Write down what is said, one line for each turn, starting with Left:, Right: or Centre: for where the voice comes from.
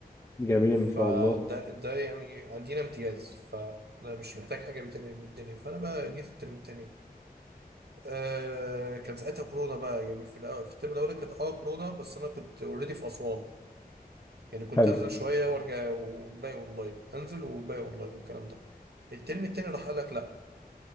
Left: جميل
Right: فده
Left: ان شاء الله
Right: ده يعني عندنا امتياز فأنا مش محتاج حاجة من الدنيا من الدنيا. فأنا بقى جيت الترم التاني آه كان ساعتها كورونا بقى يعني في الأو- في الترم الاولاني كانت اه كورونا بس انا كنت اوريدي في اسوان يعني كنت
Left: حلو
Right: انزل شويه وارجع والباقي اونلاين انزل والباقي اونلاين والكلام ده الترم التاني راح قال لك لا